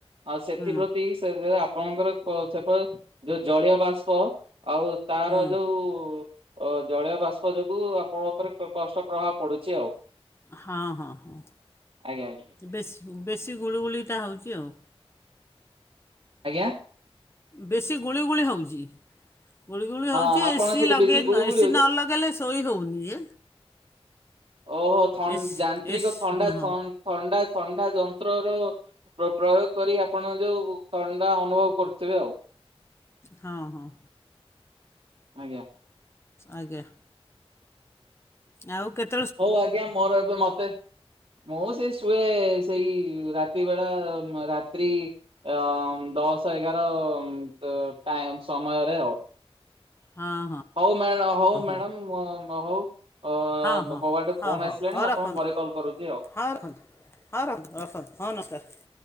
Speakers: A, on the right; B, on the left.
A: ଆଉ ସେଥିପ୍ରତି
B: ହୁଁ
A: ସେ ସେ ଆପଣଙ୍କର ସେପ ସେପରେ ଯୋଉ ଜଳୀୟ ବାଷ୍ପ ଆଉ ତାର
B: ହୁଁ
A: ଯୋଉ ଓ ଜଳୀୟ ବାଷ୍ପ ଯୋଗୁ ଆପଣଙ୍କ ଉପରେ କଷ୍ଟ ପ୍ରଭାବ ପଡୁଛି ଆଉ।
B: ହଁ ହଁ ହଁ
A: ଆଜ୍ଞା ଆଜ୍ଞା
B: ବେଶୀ ବେଶୀ ଗୁଳୁଗୁଳିଟା ହେଉଛି ଆଉ।
A: ଆଜ୍ଞା
B: ବେଶୀ ଗୁଳି ଗୁଳି ହେଉଛି। ଗୁଳି ଗୁଳି ହଉଛି
A: ହଁ ଆପଣ
B: ଏସି
A: ସେଠି
B: ଲଗେଇ
A: ବେଶୀ ଗୁଳୁ
B: ନା
A: ଗୁଳି
B: ଏସିି
A: ହଉଛି
B: ନ ଲଗେଇଲେ ଶୋଇ ହେଉନି ଏ।
A: ଓ ହୋ ଥନ୍‌
B: ଏସ୍
A: ଯାନ୍ତ୍ରିକ
B: ଏସ୍
A: ଥଣ୍ଡା
B: ହଁ
A: ଥନ୍‌ ଥଣ୍ଡା ଥଣ୍ଡା ଯନ୍ତ୍ରର ପ୍ର ପ୍ରୟୋଗ କରି ଆପଣ ଯୋଉ ଥଣ୍ଡା ଅନୁଭବ କରୁଥିବେ ଆଉ।
B: ହଁ ହଁ।
A: ଆଜ୍ଞା।
B: ଆଜ୍ଞା। ଆଉ କେତେ
A: ହଉ ଆଜ୍ଞା ମୋର ଏବେ ମତେ ମୁଁ ସେଇ ଶୁଏ ସେଇ ରାତି ବେଳା ମ ରାତ୍ରି ଅ ଦଶ ଏଗାର ତ ଟା ସମୟରେ ଆଉ।
B: ହଁ ହଁ।
A: ହଉ ମ୍ୟା ହଉ ମ୍ୟାଡ଼ାମ
B: ହଁ
A: ହଉ। ଅ
B: ହଁ
A: ମୋ
B: ହଁ ହଁ ହଉ
A: ଆଡେ ଫୋନ
B: ହଉ
A: ଆସିଲାଣି
B: ହଉ ରଖନ୍ତୁ
A: ଆପଣ ପରେ କଲ୍ କରୁଛି ଆଉ।
B: ହଁ ରଖ ହଁ ରଖ ହଁ ନମସ୍କାର।